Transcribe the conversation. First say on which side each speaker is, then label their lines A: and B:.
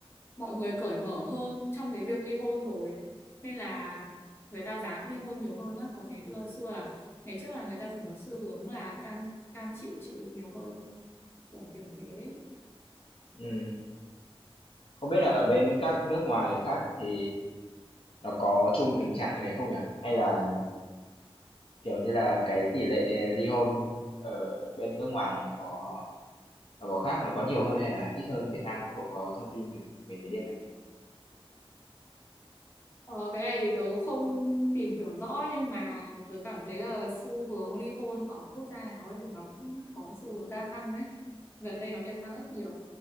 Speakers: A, on the left (about 25°); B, on the left (about 65°).
A: mọi người cởi mở hơn trong cái việc ly hôn rồi nên là người ta dám ly hôn nhiều hơn á còn ngày xưa xưa là ngày trước là người ta thường có xu hướng là cam cam chịu chịu đựng nhiều hơn kiểu kiểu thế
B: Ừm, Không biết là ở bên các nước ngoài khác thì Nó có chung tình trạng cái đấy không nhỉ? Hay là, kiểu như là, cái tỷ lệ ly hôn ở bên nước ngoài nó có nó có khác, nó có nhiều hơn hay là ít hơn Việt Nam không? Cậu có thông tin được về cái điều này không?
A: ờ, cái này thì tớ không tìm hiểu rõ nhưng mà tớ cảm thấy là xu hướng ly hôn ở quốc gia nào ấy thì nó cũng có xu hướng gia tăng ấy gần đây nó đều tăng rất nhiều